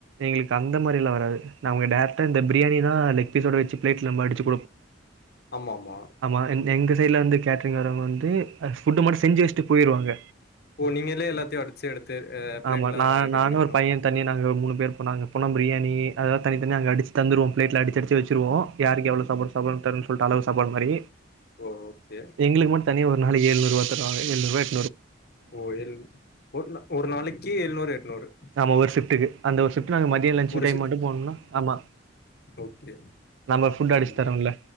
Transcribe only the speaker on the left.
ஆமாமா
ஓ நீங்களே எல்லாத்தையு அடிச்சு எடுத்து் பிளேட்
எல்லா
இது
பண்ணிக்கணு
ஓ ஓகே
ஓ ஏழ் ஒரு நா ஒரு நாளைக்கு ஏழ்நூறு எட்நூறு
ஒரு
ஷிஃப்
ஓகே
ம்